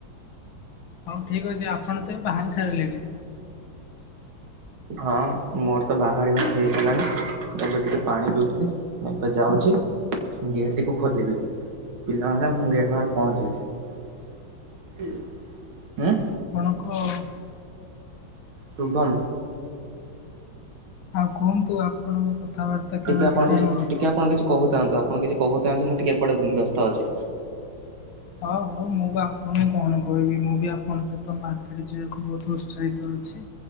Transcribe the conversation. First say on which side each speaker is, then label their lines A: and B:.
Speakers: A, on the left; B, on the right.
A: ହଉ ଠିକ ଅଛି। ଆପଣ ତେବେ ବାହାରି ସାରିଲେଣି?
B: ହଁ ମୋର ତ ବାହାରିବା ହେଇସାରିଲାଣି। ଏବେ ଟିକେ ପାଣି ପିଉଥିଲି। ଏବେ ଯାଉଚି। ଗେଟଟିକୁ ଖୋଲିବି। ପିଲାମାନେ ମୁଁ ଗେଟ୍ ପାଖରେ ପହଞ୍ଚିଲି। ଉଁ
A: ଆପଣଙ୍କ ଆଉ
B: ଶୁଭମ୍
A: ଆଉ କୁହନ୍ତୁ ଆପଣଙ୍କ କଥାବାର୍ତ୍ତା କେମିତି
B: ଟିକେ ଆପଣ
A: କଣ?
B: କିଛି ଟିକେ ଆପଣ କିଛି କହୁଥାନ୍ତୁ ଆପଣ କିଛି କହୁଥାନ୍ତୁ ମୁଁ ଟିକେ ଏପଟେ ବ୍ୟସ୍ତ ଅଛି।
A: ହଁ ହଉ ମୁଁ ବା ଆପଣଙ୍କୁ କଣ କହିବି ମୁଁ ବି ଆପଣଙ୍କ ସହିତ ମାର୍କେଟ ଯିବାକୁ ବହୁତ ଚାହିଁ ତ ଅଛି।